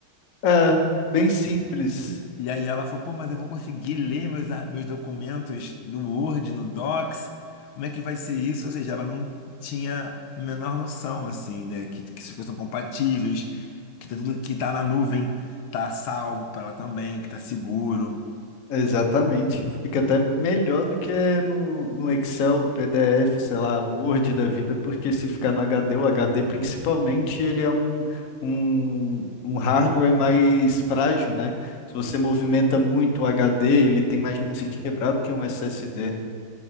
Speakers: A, on the left (about 60°); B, on the left (about 75°).
A: É, bem simples.
B: E aí ela falou, pô, mas eu vou conseguir ler meus, a- meus documentos do Word, no Docs, como é que vai ser isso? Ou seja, ela não tinha a menor noção, assim, né, que, que essas coisas são compatíveis, que tá tudo que tá na nuvem tá salvo para ela também, que tá seguro.
A: Exatamente. Fica até melhor do que no, no Excel, PDF, sei lá, Word da vida, porque se ficar no HD, o HD principalmente, ele é um, um, um hardware mais frágil, né? Se você movimenta muito o HD, ele tem mais chance de quebrar do que um SSD.